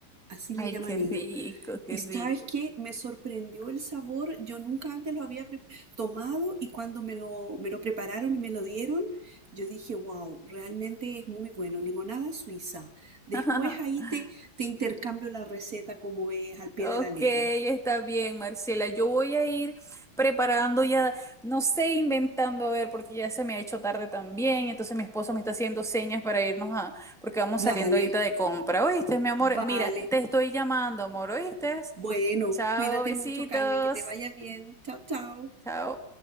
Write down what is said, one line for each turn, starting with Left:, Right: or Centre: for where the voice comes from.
Right: así
Centre: Ay,
Right: le llaman
Centre: qué rico,
Right: ellos.
Centre: qué
Right: Y
Centre: rico.
Right: sabes que me sorprendió el sabor, yo nunca antes lo había pre- tomado y cuando me lo, me lo prepararon y me lo dieron, yo dije, wow, realmente es muy bueno, limonada suiza. Después
Centre: <laughs>
Right: ahí te, te intercambio la receta como es al pie
Centre: Ok,
Right: de la letra.
Centre: está bien, Marcela. Yo voy a ir preparando ya, no sé, inventando, a ver, porque ya se me ha hecho tarde también. Entonces mi esposo me está haciendo señas para irnos a, porque vamos
Right: Dale,
Centre: saliendo ahorita de compra. ¿Oíste, mi amor?
Right: vale.
Centre: Mira, te estoy llamando, amor, ¿oíste?
Right: Bueno,
Centre: Chao,
Right: cuídate
Centre: besitos.
Right: mucho, Carmen, que te vaya bien. Chao, chao.
Centre: Chao.